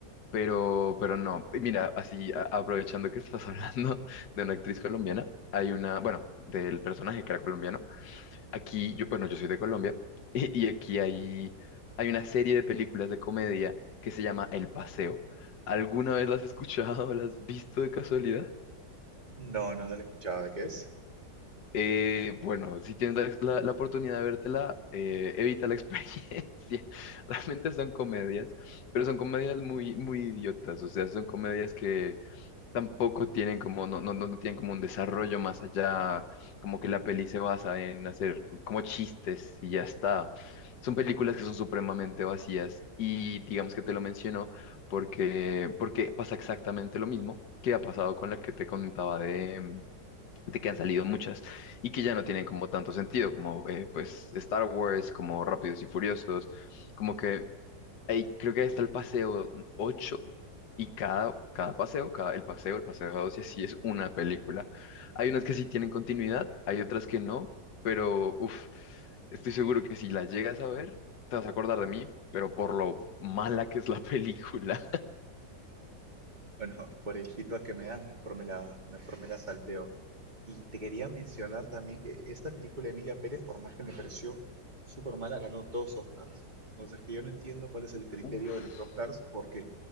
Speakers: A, on the left; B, on the right.
A: pero, pero no, Y mira, así a- aprovechando que estás <laughs> hablando de una actriz colombiana, hay una, bueno, del personaje que era colombiano. Aquí, yo, bueno, yo soy de Colombia <laughs> y, y aquí hay, hay una serie de películas de comedia que se llama El Paseo. ¿Alguna vez las has escuchado o las has visto de casualidad?
B: No, no, no la escuchaba. ¿De qué es?
A: Eh, bueno, si tienes la, la- la oportunidad de vértela, eh, evita la <laughs> experiencia. Realmente son comedias, pero son comedias muy, muy idiotas. O sea, son comedias que tampoco tienen como, no, no, no no tienen como un desarrollo más allá, como que la peli se basa en hacer como chistes y ya está. Son películas que son supremamente vacías y digamos que te lo menciono porque, porque pasa exactamente lo mismo que ha pasado con la que te contaba de, de que han salido muchas y que ya no tienen como tanto sentido, como eh, pues Star Wars, como Rápidos y Furiosos, como que ahí creo que está el paseo 8 y cada, cada paseo, cada, el paseo, el paseo dos y así es una película. Hay unas que sí tienen continuidad, hay otras que no, pero uf, estoy seguro que si la llegas a ver, te vas a acordar de mí, pero por lo mala que es la película.
B: Bueno, <laughs> por el feedback que me das, mejor me la, mejor me la salteo. Y te quería mencionar también que esta película de Emilia Pérez, por más que me pareció súper mala, ganó dos Oscars. O sea, es que yo no entiendo cuál es el criterio
A: <laughs> Uf,
B: de los Oscars, porque